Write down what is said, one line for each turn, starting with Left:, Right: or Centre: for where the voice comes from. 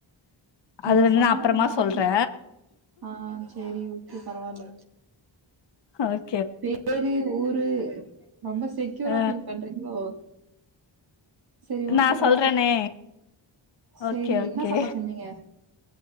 Right: நீங்க
Left: அது வந்து
Right: சொன்னாலுமே
Left: நா அப்புறமா
Right: நாத்துக்கு
Left: சொல்றே
Right: ஆ சேரி ஓக் கே பரவால்ல
Left: ஹாய்
Right: பேரு ஊரு ரொம்ப செக்யூரா
Left: ஆ
Right: ஃபீல் பண்றீங்ளோ சேரி ஓகே
Left: நா
Right: பரவால்ல
Left: சொல்றேனே
Right: சேரி
Left: ஓகே ஓகே
Right: என்ன சாப்பாடு செஞ்சிங்க